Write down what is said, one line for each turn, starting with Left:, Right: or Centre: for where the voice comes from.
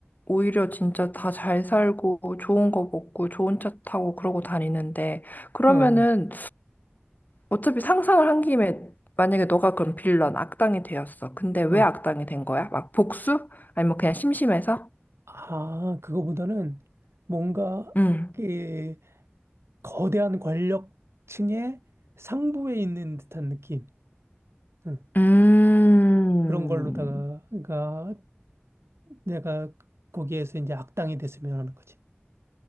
Left: 오히려 진짜 다 잘 살고 좋은 거 먹고 좋은 차 타고 그러고 다니는데 그러면은
Right: 어,
Left: 어차피 상상을 한 김에 만약에 너가 그럼 빌런 악당이 되었어. 근데 왜
Right: 어.
Left: 악당이 된 거야? 막 복수? 아니면 그냥 심심해서?
Right: 아, 그거보다는 뭔가
Left: 음.
Right: 그 거대한 권력층의 상부에 있는 듯한 느낌. 응.
Left: 음,
Right: 그런 걸로다가 가 내가 거기에서 이제 악당이 됐으면 하는 거지.